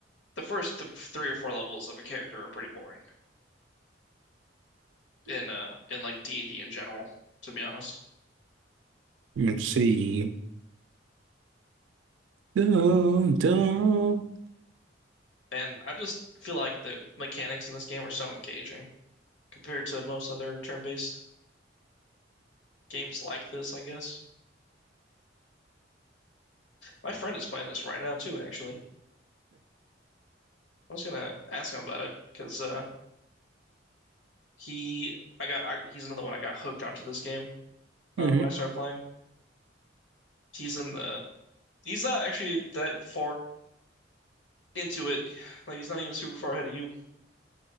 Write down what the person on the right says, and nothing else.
Let's see. Dun, dun.
<laughs>